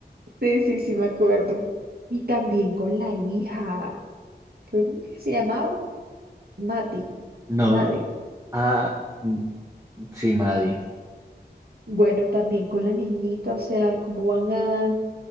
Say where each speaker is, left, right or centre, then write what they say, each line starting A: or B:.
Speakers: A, on the right (about 60°); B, on the right (about 20°).
A: sí, sí, sí me acuerdo. Y también con la hija, creo que se llamaba Mati,
B: No,
A: Madi.
B: ah, mm, sí, Maddie.
A: Bueno, también con la niñita, o sea, cómo van a,